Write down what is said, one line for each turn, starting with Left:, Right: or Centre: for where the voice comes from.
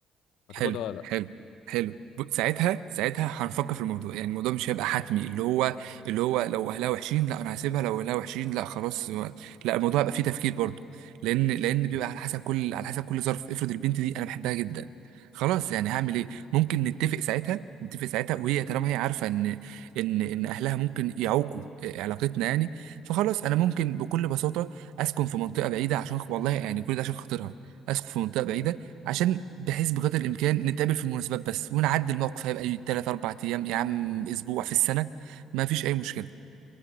Left: هتاخدها
Right: حلو
Left: ولا لا
Right: حلو حلو ب- ساعتها ساعتها هنفكر في الموضوع يعني الموضوع مش هيبقى حتمي اللي هو اللي هو لو اهلها وحشين لا انا هسيبها لو اهلها وحشين لا خلاص هو- لا الموضوع هيبقى فيه تفكير برضه لان لان
Left: مم.
Right: بيبقى على حسب كل على حسب كل ظرف افرض البنت دي انا بحبها جدا خلاص يعني هعمل ايه ممكن نتفق ساعتها نتفق ساعتها وهي طالما هي عارفه ان ان ان اهلها ممكن يعوقوا آه، علاقتنا يعني فخلاص انا ممكن بكل بساطه اسكن في منطقه بعيده عشان والله يعني كل ده عشان خاطرها اسكن في منطقه بعيده
Left: مم.
Right: عشان بحيث بقدر الامكان نتقابل في المناسبات بس ونعدي الموقف هيبقى 3 4 ايام يا عم اسبوع في السنه ما فيش اي مشكله